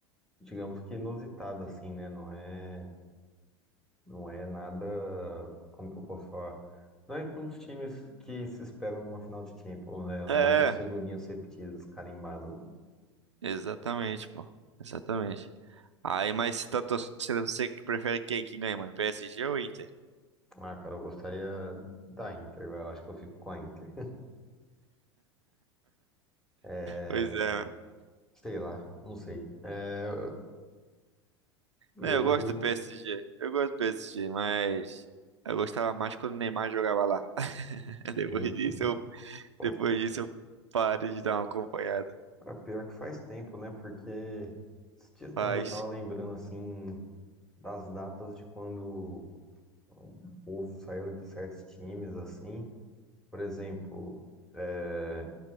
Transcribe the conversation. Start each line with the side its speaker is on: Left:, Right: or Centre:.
Centre: digamos que inusitada, assim, né? Não é, não é nada, como que eu posso falar? Não é dos times que se esperam numa final de Champions, né? Não
Right: É,
Centre: é as figurinhas repetidas, carimbadas.
Right: exatamente, pô. Exatamente. Aí, mas se tá torcendo, você que prefere quem que ganha, mano? PSG ou Inter? <laughs>
Centre: Ah, cara, eu gostaria da Inter, velho. Eu acho que eu fico com a Inter. É,
Right: Pois é,
Centre: Sei lá, não sei. É, <laughs> eu,
Right: É, eu gosto do PSG. Eu gosto do PSG, mas eu gostava mais quando o Neymar jogava lá. <laughs> Depois
Centre: eu-
Right: disso, eu,
Centre: Pô,
Right: depois
Centre: faz
Right: disso eu parei de dar uma acompanhada.
Centre: Ah, pior que faz tempo, né? Porque esses dias mesmo
Right: Mas,
Centre: eu tava lembrando, assim, das datas de quando o povo saiu de certos times, assim. Por exemplo, é...